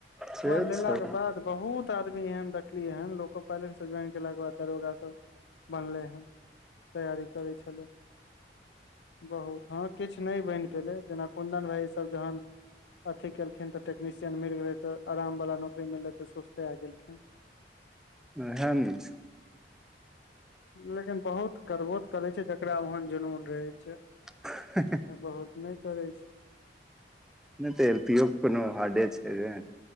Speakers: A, in the centre; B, on the left (about 75°).
A: से
B: लेला
A: सब
B: कऽ बाद बहुत आदमी एहन देखलियै हन लोको पाइलेट से ज्वाइन केलाे बाद दरोगा सब बनलै हऽ तैयारी करै छलै <inaudible> बहुत हँ किछ नै बैन पेलै जेना कुन्दन भाईजी सब जहन अथि केलखिन तऽ टेक्शियन मिल गेलै तऽ आरामवला नौकरी मिललै तऽ सुस्तै गेलखिन
A: ओहे न छै
B: लेकिन बहुत करबो तऽ करै छै जकरा ओहन जुनून रहै छै
A: <unintelligible>
B: बहुत नै करै छै
A: नै तऽ एल पी ओ कोनो हार्डे छै रे